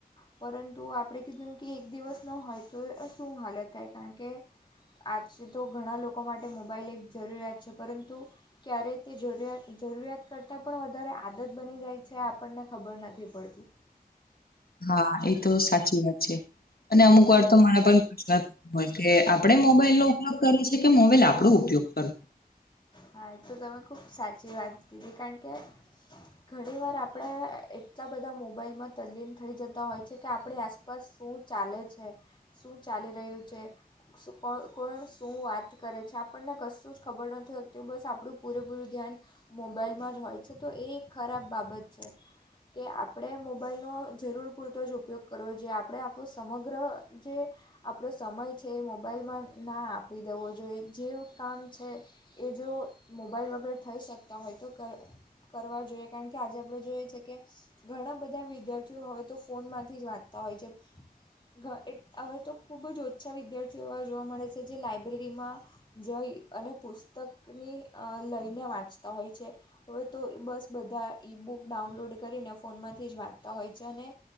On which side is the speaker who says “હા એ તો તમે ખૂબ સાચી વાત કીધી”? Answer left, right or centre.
Left